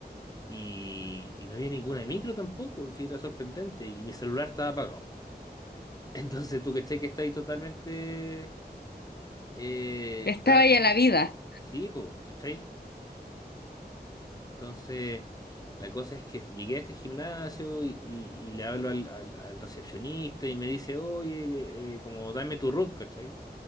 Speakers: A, on the left (about 20°); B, on the left (about 70°).
A: Y, y no había ninguna micro tampoco, si era sorprendente. Y mi celular estaba apagado. <laughs> Entonces tú, ¿cachai? Que está ahí totalmente... eh,
B: Estaba
A: está...
B: ya la vida.
A: Sí, pues, ¿cachai? Entonces, la cosa es que llegué a este gimnasio y, y- y le hablo al, al- al recepcionista y me dice, oye, eh, como dame tu root, ¿cachai?